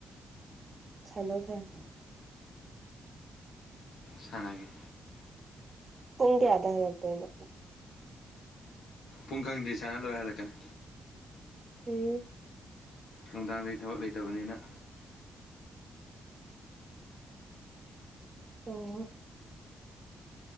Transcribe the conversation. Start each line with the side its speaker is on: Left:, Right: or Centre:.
Right: ꯁꯅꯣ ꯊꯅ
Left: ꯁꯅꯒꯦ
Right: ꯄꯨꯡ ꯀꯌꯥꯗ ꯍꯜꯂꯛꯇꯣꯏꯅꯣ
Left: ꯄꯨꯡ ꯈꯪꯗ꯭ꯔꯤ ꯁꯥꯟꯅ ꯂꯣꯏꯔ ꯍꯜꯂꯛꯀꯅꯤ
Right: ꯎꯝ
Left: ꯅꯨꯡꯗꯥꯡꯗꯒꯤ ꯊꯕꯛ ꯂꯩꯇꯕꯅꯤꯅ
Right: ꯑꯣ